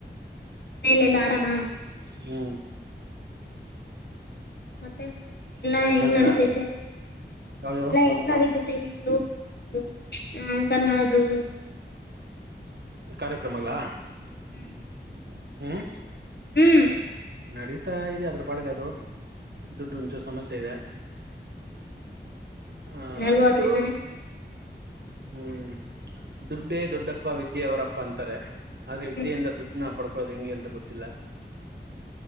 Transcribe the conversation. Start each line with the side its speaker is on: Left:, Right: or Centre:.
Left: ಮನೆಯಲಿ ಎಲ್ಲಾ ಆರಾಮ
Right: ಹ್ಮ್
Left: ಮತ್ತೆ ಎಲ್ಲಾ
Right: ಏನ್
Left: ಹೆಂಗ್
Right: ಸಮಾಚಾರ
Left: ನಡಿತೈತೆ
Right: ಯಾವ್ದು
Left: ಎಲ್ಲಾ ಹೆಂಗ ನಡಿತೈ ಮತ್ತೆ ನಿಮ್ದು ಒ ನಾಮಕರ್ಣದು
Right: ಕಾರ್ಯಕ್ರಮಗಳ
Left: ಹ್ಮ್
Right: ಹ್ಮ್
Left: ಹ್ಮ್
Right: ನಡೀತಾ ಇದೆ ಅದ್ರ ಪಾಡ್ಗ ಅದು ದುಡ್ಡು ಉಂಚು ಸಮಸ್ಯೆ ಇದೆ ಹ
Left: ಎಲ್ಲರಿಗೂ
Right: ಇತ್ತು
Left: ಅದ್ರಿಂದಾನೇ ಸಮಸ್ಯೆ
Right: ಹ್ಮ್ ದುಡ್ಡೇ ದೊಡ್ಡಪ್ಪ ವಿದ್ಯೆ ಅವರಪ್ಪ ಅಂತಾರೆ ಆದ್ರೆ
Left: ಹ್ಮ್
Right: ವಿದ್ಯೆಯಿಂದ ದುಡ್ಡನ ಪಡ್ಕ ಹದು ಹೆಂಗೆ ಅಂತ ಗೊತ್ತಿಲ್ಲ